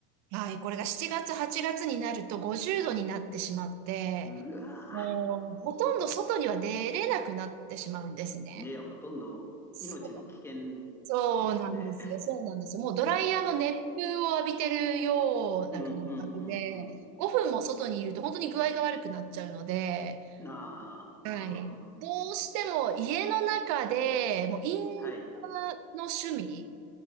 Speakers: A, on the right (about 40°); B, in the centre.
A: はい、これが7月、8月になると50度になってしまって、
B: うわ
A: もうほとんど外には出れなくなってしまうんですね。
B: ーね、ほとんど命の危険ですね。
A: そうそうなんですよ。そうなんですよ。もうドライヤーの熱風を浴びてるような感覚で、
B: <laughs> うんうんうんうん。
A: 5分も外にいると本当に具合が悪くなっちゃうので、
B: なあ、
A: はい。
B: なるほど。
A: どうしても家の中で、もうインド
B: はい、
A: アの趣味